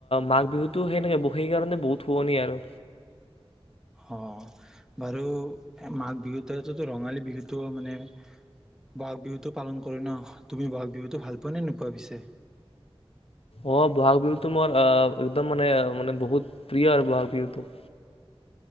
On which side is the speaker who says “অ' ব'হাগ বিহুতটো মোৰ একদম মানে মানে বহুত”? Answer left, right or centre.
Left